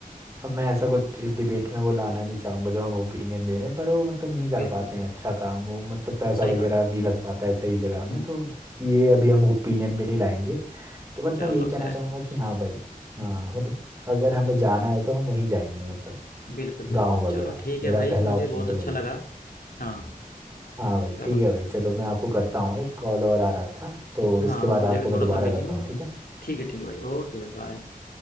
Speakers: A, on the right (about 20°); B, on the left (about 75°).
A: अब मैं ऐसा कुछ इस डिबेट में वो लाना नहीं चाहूंगा जो हम ओपिनियन दे रहे हैं पर वो मतलब नहीं कर
B: बिल्कुल
A: पाते
B: बिल्कुल
A: हैं अच्छा काम वो मतलब पैसा
B: सही
A: वगैरह
B: बात है
A: नहीं लग पाता है सही जगह में
B: हम्म,
A: तो ये अभी हम ओपिनियन भी नहीं लाएंगे तो बट
B: चलो
A: मैं यही कहना
B: खैर
A: चाहूंगा कि हाँ भाई हाँ मतलब अगर हमें जाना है तो हम वहीं जाएंगे मतलब
B: बिल्कुल बिल्कुल
A: गाँव वगैरह
B: चलो ठीक
A: मेरा
B: है भाई
A: पहला
B: मुझे
A: ऑप्शन
B: बहुत
A: तो
B: अच्छा
A: वही
B: लगा हाँ
A: हाँ भाई
B: चलो
A: ठीक है भाई चलो मैं आपको करता हूँ एक कॉल और आ रहा था तो
B: हाँ
A: इसके बाद
B: मुझे
A: आपको
B: भी
A: मैं
B: थोड़ा
A: दोबारा
B: सा बिजी
A: करता
B: हूँ
A: हूँ ठीक है
B: ठीक है ठीक है भाई ओके भाई बाय